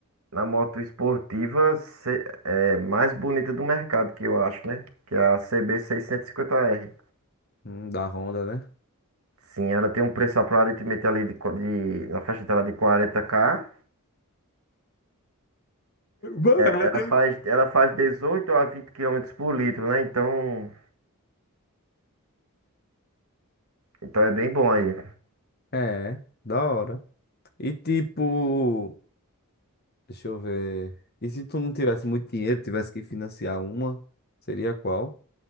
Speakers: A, on the right; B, on the left.
A: na moto esportiva se- é, mais bonita do mercado, que eu acho, né? Que é a cb cinquenta r
B: Hum, da Honda, né?
A: Sim, ela tem um preço aparentemente ali de, co- de- na faixa dela de quarenta k
B: Barato.
A: Ela faz, ela faz 18 a 20 quilômetros por litro, né? Então, então é bem bom aí.
B: É, da hora. E tipo. Deixa eu ver. E se tu não tivesse muito dinheiro, tivesse que financiar uma, seria qual?